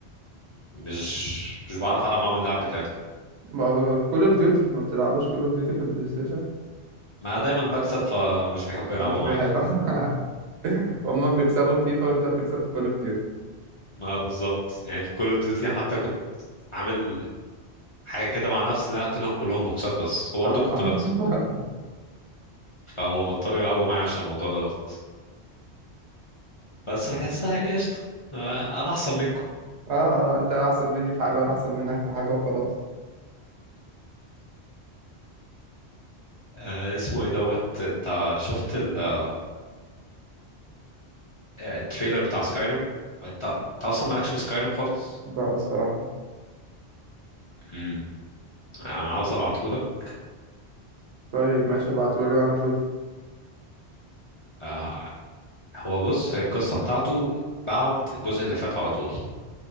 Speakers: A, on the left; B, on the right.
A: مش مش بعرف العب معاهم اللعب بتاعتهم
B: ما كول اوف ديوتي ما بتلعبوش كول اوف ديوتي في البلاي ستيشن
A: ما دايما بكسب فمش بيحبوا
B: مش
A: يلعبوا معايا
B: بيحب
A: <laughs>
B: <laughs> هما بيكسبوا في فيفا وانت بتكسب في كول اوف ديوتي
A: ما بالظبط يعني في كول اوف ديوتي حتى كنت عامل حاجه كده مع نفسي إن انا قلت لهم كلهم بوكسات بس وبرضه
B: اه
A: كنت
B: <laughs> اه
A: بكسب فهم بطلوا يلعبوا معايا عشان الموضوع دوت بس بحسها يعني قشطه آه، انا احسن منكم
B: آه، انت احسن مني في حاجه وانا احسن منك في حاجه وخلاص
A: آه، اسمه ايه دوت انت شفت ال- آه، التريلر بتاع سكايريم وانت انت اصلا مالكش في سكايريم خالص
B: بقى الصراحه
A: امم انا عاوز ابعتهولك
B: طيب ماشي ابعتولي وانا اشوف
A: آه، هو بص هي القصه بتاعته بعد الجزء اللي فات على طول